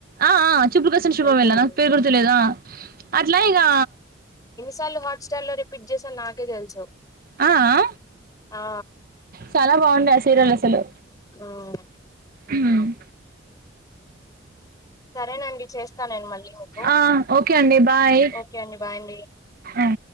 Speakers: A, on the right (about 50°); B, on the left (about 20°).
A: ఆ ఆ చూపులు కలిసిన శుభవేళ
B: తెలుసండి.
A: నాకు పేరు గుర్తులేదు ఆ అట్లా ఇగా
B: టల్లు హాట్స్టార్ లో రిపీట్ జేసా నాకే తెలుసు
A: ఆ ఆ
B: ఆ
A: చాలా బాగుండే ఆ సీరియల్ అసలు
B: ఉమ్.
A: ఊ
B: సరేనండి ఇ చేస్తా నేను మళ్ళీ మీకూ
A: ఆ ఓకే అండి బాయ్
B: ఓకే అండి బాయ్ అండి
A: ఆ